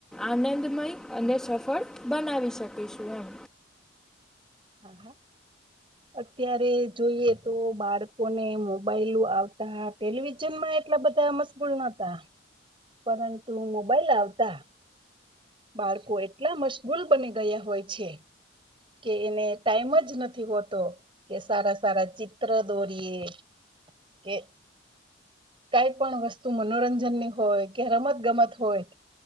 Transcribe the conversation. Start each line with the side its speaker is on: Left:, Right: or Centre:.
Centre: આનંદમય અને સફળ બનાવી શકીશું એમ,
Right: હા હા અત્યારે જોઈએ તો બાળકોને મોબાઈલો આવતા ટેલિવિઝનમાં એટલા બધા મસ્ત ગુલ નતા, પરંતુ મોબાઈલ આવતા બાળકો એટલા મશગુલ બની ગયા હોય છે કે એને ટાઈમ જ નથી હોતો કે સારા સારા ચિત્ર દોરીએ. કે કાઈ પણ વસ્તુ મનોરંજનની હોય કે રમત ગમત હોય,